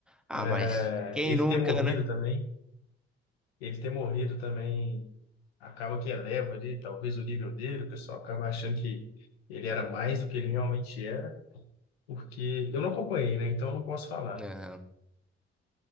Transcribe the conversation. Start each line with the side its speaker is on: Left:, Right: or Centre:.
Centre: ah,
Left: É,
Centre: mas quem
Left: ele
Centre: nunca,
Left: ter morrido
Centre: né?
Left: também, ele ter morrido também acaba que eleva ali, talvez o nível dele, o pessoal acaba achando que ele era mais do que ele realmente era, porque eu não acompanhei, né? Então eu não posso falar.
Centre: Aham.